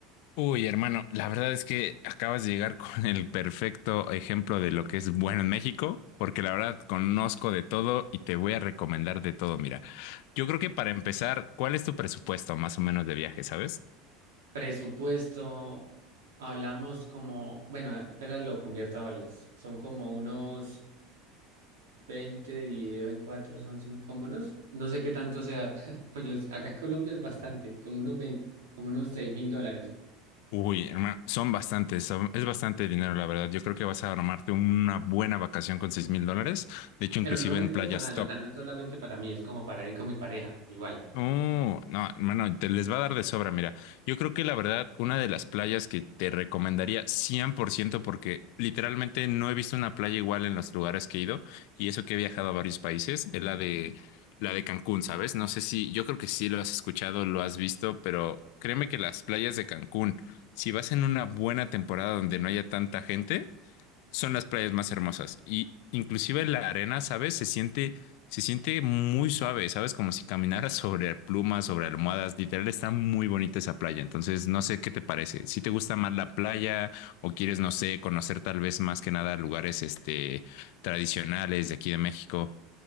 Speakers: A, on the left; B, on the right.
A: uy, hermano, la verdad es que acabas de llegar <laughs> con el perfecto ejemplo de lo que es bueno en México, porque la verdad conozco de todo y te voy a recomendar de todo. Mira, yo creo que para empezar, ¿cuál es tu presupuesto más o menos de viaje, sabes?
B: Presupuesto, hablamos como, bueno, eh, espera, lo convierto a dólares. Son como unos 20 dividido en 4 son cinco, como unos, no sé qué tanto sea, <laughs> pues yo, acá en Colombia es bastante, como unos 20 como unos seis mil dólares.
A: Uy, hermano, son bastantes, son- es bastante dinero, la verdad. Yo creo que vas a armarte una buena vacación con seis mil dólares. De hecho,
B: Pero
A: inclusive
B: no es
A: en playas
B: personal,
A: top.
B: o sea, no es solamente para mí, es como para ir con mi pareja, igual.
A: Oh, no, hermano, te les va a dar de sobra, mira. Yo creo que la verdad, una de las playas que te recomendaría 100% porque literalmente no he visto una playa igual en los lugares que he ido y eso que he viajado a varios países, es la de la de Cancún, ¿sabes? No sé si, yo creo que sí lo has escuchado, lo has visto, pero créeme que las playas de Cancún, si vas en una buena temporada donde no haya tanta gente, son las playas más hermosas. Y inclusive la arena, ¿sabes? Se siente, se siente muy suave, ¿sabes? Como si caminaras <laughs> sobre plumas, sobre almohadas. Literal, está muy bonita esa playa. Entonces, no sé qué te parece. Si te gusta más la playa o quieres, no sé, conocer tal vez más que nada lugares, este, tradicionales de aquí de México.